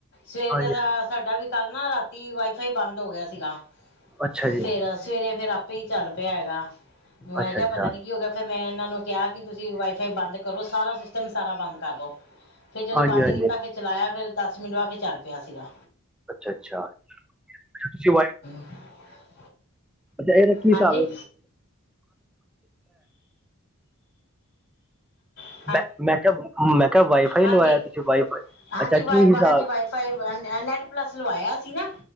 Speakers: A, on the left (about 50°); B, in the centre.
A: ਸਵੇਰ
B: ਹਾਂਜੀ
A: ਦਾ ਸਾਡਾ ਵੀ ਕੱਲ ਨਾ ਰਾਤੀ ਵਾਈਫਾਈ ਬੰਦ ਹੋ ਗਿਆ ਸੀਗਾ
B: ਅੱਛਾ ਜੀ
A: ਫੇਰ ਸਵੇਰੇ ਫੇਰ ਆਪੇ ਹੀ ਚੱਲ ਪਿਆ ਹੈਗਾ। ਮੈਂ
B: ਅੱਛਾ
A: ਕਿਹਾ
B: ਅੱਛਾ
A: ਪਤਾ ਨੀ ਕੀ ਹੋ ਗਿਆ ਫੇਰ ਮੈਂ ਇਹਨਾਂ ਨੂੰ ਕਿਹਾ ਕਿ ਤੁਸੀਂ ਵਾਈਫਾਈ ਬੰਦ ਕਰੋ ਸਾਰਾ ਸਿਸਟਮ ਸਾਰਾ ਬੰਦ ਕਰਦੋ ਫਿਰ ਜਦੋਂ
B: ਹਾਂਜੀ
A: ਬੰਦ
B: ਹਾਂਜੀ
A: ਕੀਤਾ ਫਿਰ ਚਲਾਇਆ ਫਿਰ ਦਸ ਮਿੰਟ ਬਾਅ ਫਿਰ ਚੱਲ ਪਿਆ ਸੀਗਾ
B: ਅੱਛਾ-ਅੱਛਾ ਅ ਤੁਸੀਂ
A: <inaudible>
B: ਅੱਛਾ ਇਹਦਾ ਕੀ
A: ਹਾਂਜੀ
B: ਸਾਬ
A: ਆਹ
B: ਮੈਂ-ਮੈਂ ਕਿਹਾ ਮੈਂ ਕਿਹਾ ਵਾਈਫਾਈ
A: ਹਾਂਜੀ।
B: ਲਵਾਇਆ ਤੁਸੀਂ ਵਾਈਫਾਈ
A: ਹਾਂਜੀ
B: ਅੱਛਾ
A: ਵ'
B: ਕੀ ਹਿਸਾਬ
A: ਹਾਂਜੀ ਵਾਈਫਾਈ ਨੈਟ ਪਲਸ ਲਵਾਇਆ ਸੀ ਨਾ